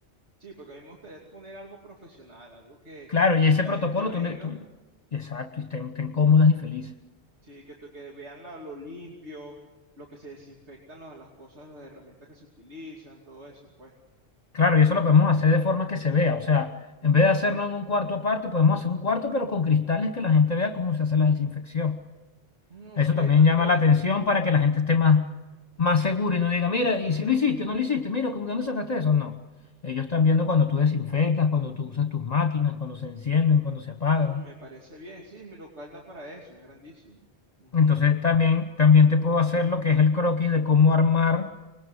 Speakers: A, on the right; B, on the left.
A: Sí, porque a mí me gustaría poner algo profesional, algo que,
B: Claro, y ese
A: que la
B: protocolo
A: gente venga,
B: tú le... tú- Exacto, y estén, estén cómodas y felices.
A: sí, que, tú- que vean la- lo limpio, lo que se desinfectan los- las cosas, las herramientas que se utilizan, todo eso, pues.
B: Claro, y eso lo podemos hacer de forma que se vea. O sea, en vez de hacerlo en un cuarto aparte, podemos hacer un cuarto, pero con cristales que la gente vea cómo se hace la desinfección.
A: Mm,
B: Eso
A: ok,
B: también
A: perfecto.
B: llama la atención para que la gente esté más, más segura y no diga, mira, y si lo hiciste, no lo hiciste, mira, ¿con dónde sacaste eso? No. Ellos están viendo cuando tú desinfectas, cuando tú usas tus máquinas, cuando se encienden, cuando se apagan.
A: No, me parece bien. Sí, mi local da para eso, es grandísimo. Ujú,
B: Entonces también, también te puedo hacer lo que es el croquis de cómo armar